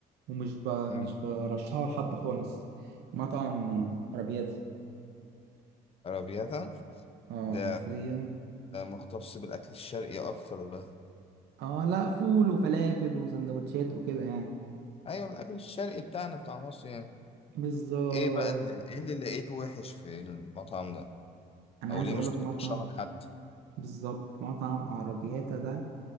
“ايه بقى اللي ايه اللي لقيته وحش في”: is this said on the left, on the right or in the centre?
Left